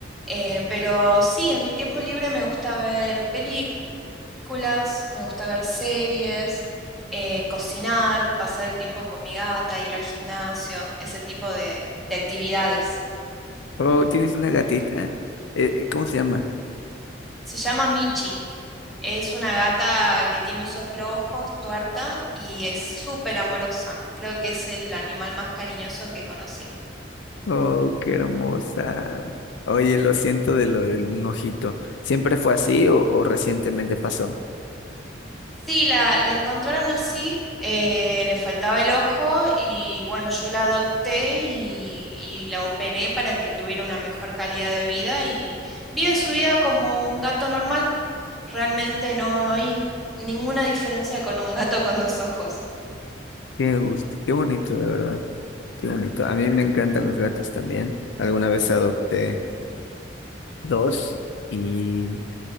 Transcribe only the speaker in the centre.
eh, pero sí, en mi tiempo libre me gusta ver películas películas, me gusta ver series, eh, cocinar, pasar el tiempo con mi gata, ir al gimnasio, ese tipo de, de actividades.
Se llama Michi. Es una gata que tiene un solo ojo, es tuerta y es súper amorosa. Creo que es el animal más cariñoso que conocí.
Sí, la, la encontraron así, eh, le faltaba el ojo y bueno, yo la adopté y, y la operé para que tuviera una mejor calidad de vida y vive su vida como un gato normal. Realmente no, no hay ninguna diferencia con un gato con dos ojos.